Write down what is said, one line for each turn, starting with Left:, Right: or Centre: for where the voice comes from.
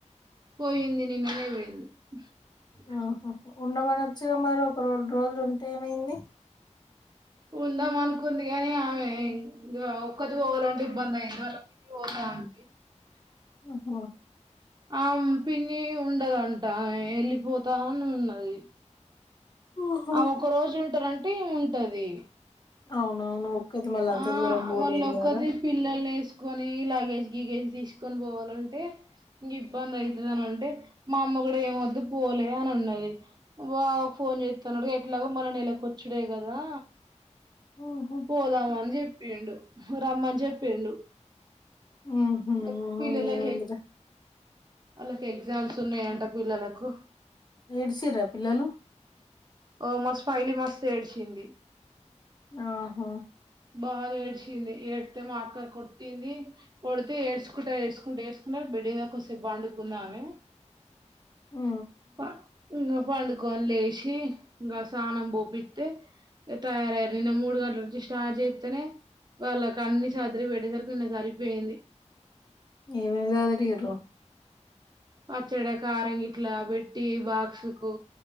Right: పోయింది నిన్ననే పోయింది ఉ
Left: ఆహా ఉండమనొచ్చుగా మరి ఒక రోడు రోజులు ఉంటే ఏమైంది
Right: ఉందాం అనుకుంది కాని ఆమె ఇంకా ఒక్కది పోవాలంటే ఇబ్బంది అయింది వాళ్ళకిిగి పోతామె
Left: ఒ హో
Right: ఆ పిన్ని ఉండదంటా ఎళ్ళిపోతను ఉన్నది
Left: ఓహో
Right: అ ఒక రోజు వింటారంటే అంటే ఉంటది
Left: అవునవును ఒక్కది మళ్ళీ అంత
Right: ఆ
Left: దూరం పోలేదు
Right: వాళ్ళ ఒకది
Left: కదా
Right: పిల్లల్ని వేసు సుకొని లగేజ్ గిగేజ్ తీసుకొని పోవాలంటే, ఇంక ఇబ్బంది అయితది అని అంటే, మా అమ్మ కూడా ఏం వద్దు పోలే అని అన్నది బా ఫోన్ చేస్తున్నాడు ఎట్లాగో మన నెల కొచ్చుడేగదా
Left: ఊహూ
Right: పోదామ అని చే పిండు రమ్మాన్ చెప్పిండు
Left: ఊహూ
Right: మ పిలేలో
Left: ఏముందిరా
Right: కే వాళ్ళకి ఎగ్జామ్స్ ఉన్నాయంట పిల్లలకు
Left: ఏడిసిరా పిల్లలు
Right: ఓ మాస్ ఫైలి మస్ ఏడ్చింది
Left: ఆహో
Right: బాగా ఏడ్చింది ఏడితే మా అక్కడ కొట్టింది, కొడితే ఏడచుకుంట ఏడ్చుకుంటా ఏడ్చుకుంటా బెడ్ మీద కాసేపు పండుకుంది ఆమె
Left: ఊ
Right: ప ఇంకా పండుకను లేసి, ఇంకా సానం పోపిస్తే, ఇంక తయారయ్యారి నిన్న మూడు గంటల నుం స్టార్ట్ చేస్తేనే వాళ్ళ క అన్ని సదరి పెట్టేసరికి నిన్న సరిపోయింది
Left: ఎం ఎం సదిరి రూ
Right: పచ్చడి కారంగిట్లా పెట్టి బాక్సు కు